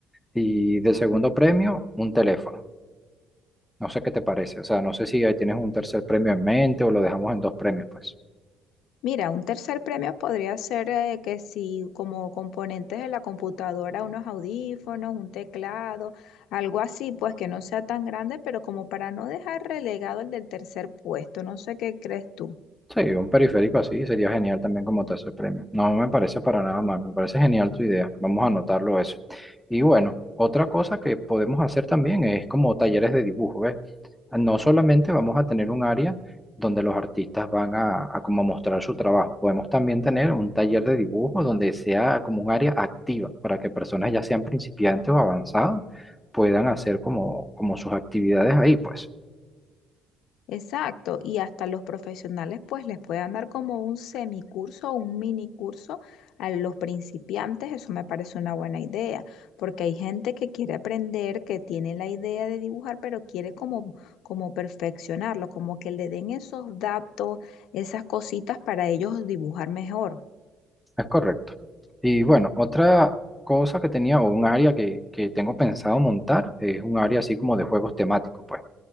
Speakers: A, in the centre; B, on the left.
A: Y de segundo premio, un teléfono. No sé qué te parece. O sea, no sé si ahí tienes un tercer premio en mente o lo dejamos en dos premios, pues.
B: Mira, un tercer premio podría ser eh, que si como componentes de la computadora, unos audífonos, un teclado, algo así, pues que no sea tan grande, pero como para no dejar relegado el del tercer puesto, no sé qué crees tú.
A: Sí, un periférico así sería genial también como tercer premio. No me parece para nada mal, me parece genial tu idea. Vamos a anotarlo eso. Y bueno, otra cosa que podemos hacer también es como talleres de dibujo, ¿ves? No solamente vamos a tener un área donde los artistas van a, a como mostrar su trabajo, podemos también tener un taller de dibujo donde sea como un área activa para que personas ya sean principiantes o avanzados puedan hacer como, como sus actividades ahí, pues.
B: Exacto, y hasta los profesionales pues les puedan dar como un semicurso o un minicurso a los principiantes, eso me parece una buena idea, porque hay gente que quiere aprender, que tiene la idea de dibujar, pero quiere como, como perfeccionarlo, como que le den esos datos, esas cositas para ellos dibujar mejor.
A: Es correcto. Y bueno, otra cosa que tenía o un área que, que tengo pensado montar es un área así como de juegos temáticos, pues,